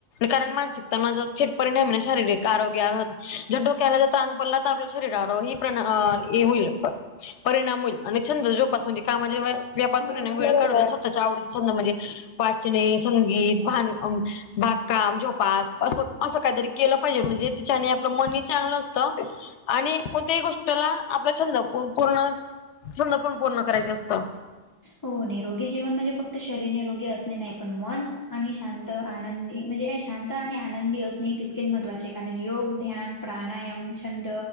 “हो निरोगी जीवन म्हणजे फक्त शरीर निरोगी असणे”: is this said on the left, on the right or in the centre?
Left